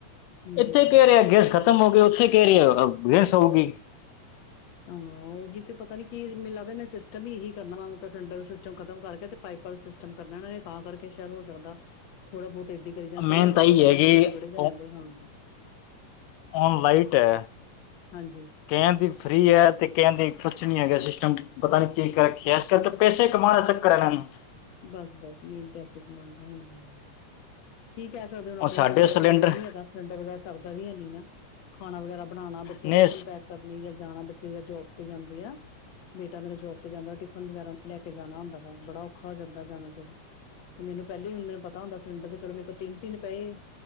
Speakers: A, on the left; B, on the left.
A: ਹਮ
B: ਇੱਥੇ
A: ਹਮ
B: ਕਹਿ ਰਿਹਾ ਗੈਂਸ ਖਤ ਤਮ ਹੋ ਗਏ, ਉੱਥੇ ਕਹਿ ਰੀ ਅ ਗੈਸ ਹੋਊਗੀ।
A: ਹਾਂ, ਉਹ ਜੀਤੇ ਪਤਾ ਨੀ ਕੀ ਮੇ ਲਗਦਾ ਮੇ ਸਿਸ ਟਮ ਈ ਇਹੀ ਕਰਨਾ ਵਾ, ਉਹ ਤਾਂ ਸਿਲੰਡਰ ਸਿਸਟਮ ਖਤਮ ਕਰਕੇ 'ਤੇ ਪਾਈਪਾਂ ਦਾ ਸਿਸਟਮ ਕਰਨਾ ਇਹਨਾਂ ਨੇ ਤਾਂ ਕਰਕੇ, ਸ਼ਾਇਦ ਹੋ ਸਕਦਾ ਥੋੜਾ ਬਹੋਤ ਏਦਾਂ ਕਰੀ ਜਾਣ,
B: ਮੇਨ
A: ਪਹਿਲਾਂ 'ਤੇ
B: ਤਾਂ ਇਹੀ
A: ਪਿੰਡਾਂ-ਪਿੰਡਾਂ
B: ਹੈ ਕਿ
A: ਵਿੱਚ ਬੜੇ ਜਣੇ ਆਂਦੇ ਹਨ।
B: ਔਣ ਲਾਈਟ ਐ
A: ਹਾਂਜੀ।
B: ਕਹਿਣ ਦੀ ਫ੍ਰਰੀ ਐ, 'ਤੇ ਕਹਿਣ ਦੀ ਕੁਛ ਨੀ ਹੈਗਾ ਸਿਸਟਮ, ਪਤਾ ਨੀ ਕੀ ਕਰ ਰੱਖਿਆ ਕਰਕੇ, ਪੈਸੇ ਕਮਾਣ ਅ ਚੱਕਰ ਏਹਨਾ ਨੂੰ।
A: ਬਸ-ਬਸ, ਮੇਨ ਪੈਸੇ ਕਮਾਣ ਦਾ, ਹੂੰ। ਕੀ ਕਹਿ ਸਕਦੇ ਓ, ਹੁਣ ਆਪਣੀ
B: ਸਾਡੇ
A: ਲੋੜ
B: ਸਿਲੰਡਰ
A: ਦਾ ਕੋਈ ਮੁੱਲ ਨੀ ਹੈਗਾ, ਸਿਲੰਡਰ ਵਗੈਰਾ ਸਰਦਾ ਵੀ ਹੈ ਨੀ ਨਾ। ਖਾਣਾ ਵਗੈਰਾ ਬਣਾਣਾ, ਬੱਚੇ
B: ਨੇ
A: ਟਿਫਨ ਪੈਕ ਕਰਨੇ ਜਾਂ ਜਾਣਾ ਬੱਚੇ ਜੋਬ 'ਤੇ ਜਾਂਦੀ ਐ, ਬੇਟਾ ਮੇਰਾ ਜੋਬ 'ਤੇ ਜਾਂਦਾ ਟਿਫਨ ਵਗੈਰਾ ਲੈ ਕੇ ਜਾਣਾ ਹੁੰਦਾ ਵਾ, ਬੜਾ ਔਖਾ ਹੋ ਜਾਂਦਾ ਜਾਣਾ ਫਿਰ। ਮੈਨੂੰ ਪਹਿਲੇ ਈ ਹੁਣ ਮੇਰਾ ਪਤਾ ਹੁੰਦਾ ਸਿਲੰਡਰ, 'ਤੇ ਚਲੋ ਮੇਰੇ ਕੋ ਤਿੰਨ-ਤਿੰਨ ਪਏ।